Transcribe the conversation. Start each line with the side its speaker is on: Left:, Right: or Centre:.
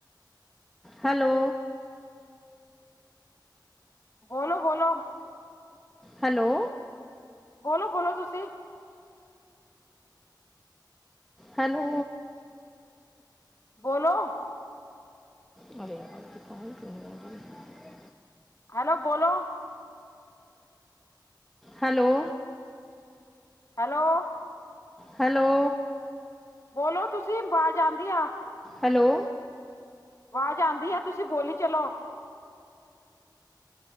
Centre: ਹੈਲੋ
Left: ਬੋਲੋ -ਬੋਲੋ
Centre: ਹੈਲੋ
Left: ਬੋਲੋ- ਬੋਲੋ ਤੁਸੀਂ
Centre: ਹੈਲੋ
Left: ਬੋਲੋ??
Centre: ਵਾਲੇ ਵਾਲ ਦੀ ਕ <unintelligible>
Left: ਹੈਲੋ ਬੋਲੋ
Centre: ਹੈਲੋ
Left: ਹੈਲੋ
Centre: ਹੈਲੋ
Left: ਬੋਲੋ ਤੁਸੀਂ ਆਵਾਜ਼ ਆਉਂਦੀ ਆ
Centre: ਹੈਲੋ
Left: ਆਵਾਜ਼ ਆਉਂਦੀ ਆ, ਤੁਸੀਂ ਬੋਲੀ ਚਲੋ